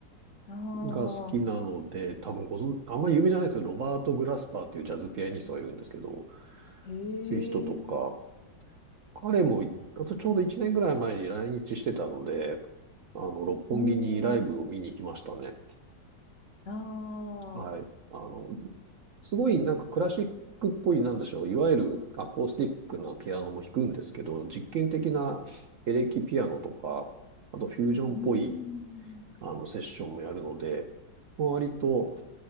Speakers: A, on the left; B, on the right.
A: ああ
B: が好きなので、多分ご存、あんまり有名じゃないですけど、ロバート・グラスパーっていうジャズピアニストがいるんですけど、
A: ー、へえ、
B: そういう人とか、彼も、あとちょうど1年ぐらい前に来日してたので、あの、六本木にライブを見に行きましたね。
A: おー、あ
B: はい。
A: あ、
B: あの、すごいなんかクラシックっぽい、なんでしょう、いわゆるアコースティックなピアノも弾くんですけど、実験的なエレキピアノとか、あとフュージョンっぽい
A: うーん、
B: あの、セッションもやるので、割と、